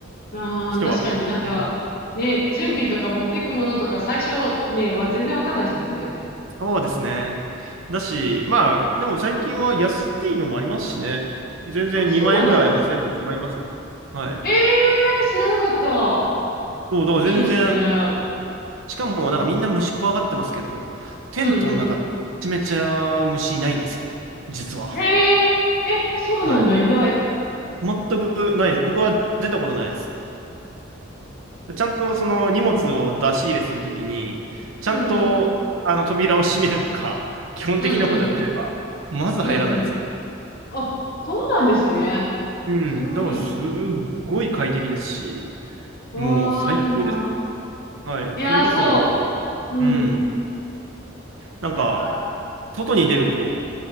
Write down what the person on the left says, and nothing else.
あー、
確かになんか、ね、準備とか持っていくものとか最初ね、は全然わかんないですもんね。
あ、そうなんですか。
へー、知らなかった。
いいですね。
うん、う
ん。へー。え、そうなんだ、
意外。
うん、うん。
うん、うん。
うん、うん。あ、そうなんですね。
それはいい。
わあ、
いいな。
いやー、
そう。うん。
い
やあ、あ